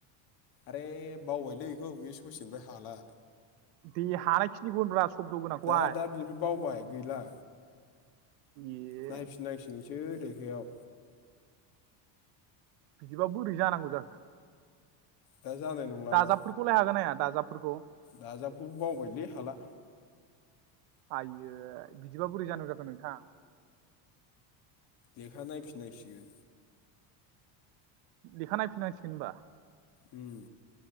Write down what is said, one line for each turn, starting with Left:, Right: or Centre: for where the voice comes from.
Left: आरे बावबायलै इखौ बे ससेनिफ्राय हाला।
Right: दे हानायखिनिखौ होनब्रा। सब्द' गोनांखौहाय
Left: दा दा बिनिफ्राय बावबाय। गैला
Right: ए
Left: नायफिन नांसिगोनसो। सो लेखायाव।
Right: बिदिबा बोरै जानांगौ जाखो?
Left: दा जानाय नंलाना
Right: दाजाबफोरखौलाय हागोन ना हाया? दाजाबफोरखौ?
Left: दाजाबखौबो बावबायलै हाला।
Right: आयै बिदिबा बोरै जानांगौ जाखो नोंथां?
Left: लेखा नायफिन नांसिगोन।
Right: लेखा नायफिन नांसिगोन होनबा?
Left: उम।